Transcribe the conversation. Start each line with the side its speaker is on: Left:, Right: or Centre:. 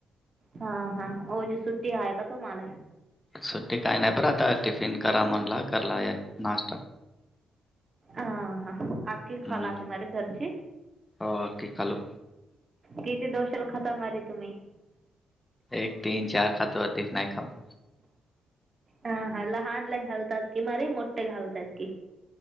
Right: हा हा आहो जे सुट्टी आय का तुम्हाला?
Left: सुट्टी काही नाही पर आता टिफिन करा म्हणला कराल नाश्ता.
Right: आ हा आक खाल
Left: हम्म
Right: <unintelligible>
Left: हो, की खालो.
Right: किती दोष्याला खाता मारी तुम्ही?
Left: एक तीन चार खातो. अधिक नाही खात.
Right: हा हा लहानला घालतात की मारी मोठे घालतात की.